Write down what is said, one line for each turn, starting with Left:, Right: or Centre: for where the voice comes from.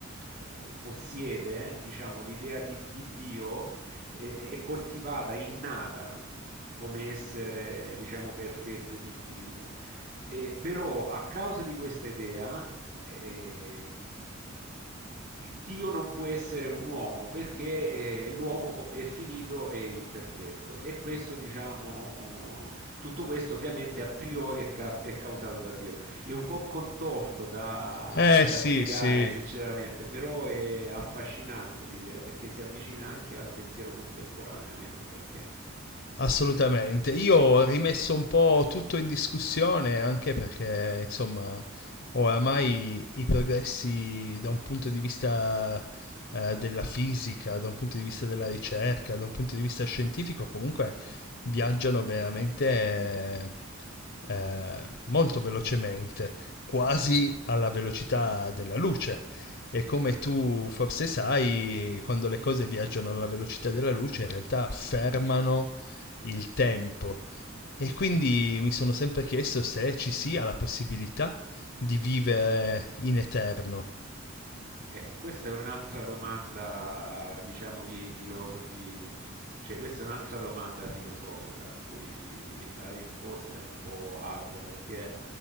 Right: eh, possiede, diciamo, l'idea di di Dio è, è coltivata, innata come essere, diciamo, perfetto ed infinito. E, però a causa di questa idea, eh, Dio non può essere un uomo perché eh, l'uomo è finito e imperfetto e questo diciamo oh, tutto questo ovviamente a priori è, ca- è causato da Dio è un po' contorto da,
Left: Eh
Right: da
Left: sì,
Right: spiegare
Left: sì,
Right: sinceramente, però è affascinante l'idea perché si avvicina anche al pensiero contemporaneo, ecco perché.
Left: Assolutamente, io ho rimesso un po' tutto in discussione anche perché, insomma, oramai i progressi da un punto di vista eh, della fisica, da un punto di vista della ricerca,
Right: Sì,
Left: da un punto di vista scientifico, comunque viaggiano veramente eh, molto velocemente, quasi alla velocità della luce. E come
Right: sì,
Left: tu forse sai, quando le cose viaggiano alla velocità della luce, in realtà fermano il tempo
Right: sì.
Left: e quindi mi sono sempre chiesto se ci sia la possibilità di vivere in eterno
Right: E questa è un'altra domanda, diciamo, che i filosofi, cioè questa è un'altra domanda filosofica a cui la risposta è un po' ardua, perché